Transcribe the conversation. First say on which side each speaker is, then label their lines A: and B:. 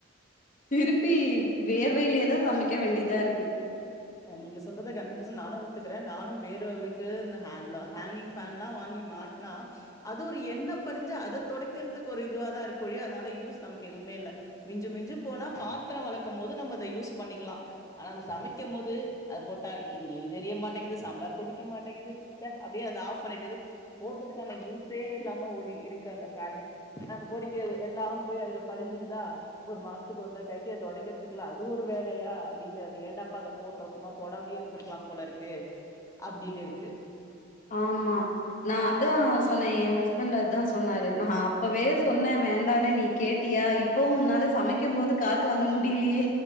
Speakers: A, on the left (about 40°); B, on the left (about 15°).
A: திருப்பி வேர்வையிலேதான் சமைக்க வேண்டியதா இருக்கு
B: அ நீங்க சொல்றத கன்ட்ரட் பர்சன் நானு ஒத்துக்கறே நானு வேற வழிக்கு இந்த ஹேண்ட் லா ஹேங்கிங் ஃபேன்லா வாங்கி மாட்னா அது ஒரு எண்ண படிஞ்சா அத தொடடைக்கிறதுக்கு ஒரு இதுவா தா இருக்வொளிய அதனால யூஸ் நமக்கு எதுமே இல்ல மிஞ்சு மிஞ்சு போனா பாத்திர வெலக்க போது நம்ம அத யூஸ் பண்ணிக்கிலா ஆனா அந்த சமை க்கு போது அது போட்டா இங்க இது எரிய மாட்டேங்குது சாம்பார் கொதிக்க மாட்டேங்குது ச்சே அப்டியே அத ஆஃப் பண்ணிட்டுது போட்டதுக்கு அந்த யூஸே இல்லாம ஓடி இருக்கு அந்த ஃபேனு நாம பொடிக்கறது எல்லாம் போய் அதுல படிஞ்சிடுதா ஒரு மாசத்துக்கு ஒரு தாட்டி ஆய்ட்டு அத தொடைக்கறதுக்குள்ள அதுவ்வொரு வேலையா அப்படிங்கறது ஏண்டாப்பா அத போட்டோ சும்மா போடாமே இருந்திருக்கலா போல இருக்கு அப்டின் இருக்கு
A: ஆமா நா அதா சொன்னே எ ஹஸ்பண்ட் அத்தா சொன்னாரு நா அப்பவே சொன்னே வேண்டானனு நீ கேட்டியா இப்பவு உன்னால சமைக்கு போது காத்து வாங்க முடியிலியே